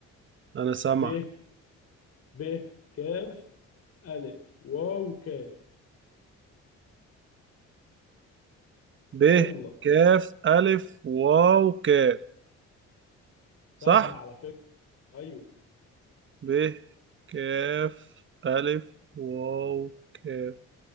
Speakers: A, on the right (about 40°); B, on the left (about 55°).
A: انا سامع
B: ب ب كاف ألف واو كاف
A: ب
B: يلا
A: كاف ألف واو كاف
B: سهلة
A: صح
B: على فكرة ايوه
A: ب كاف ألف واو كاف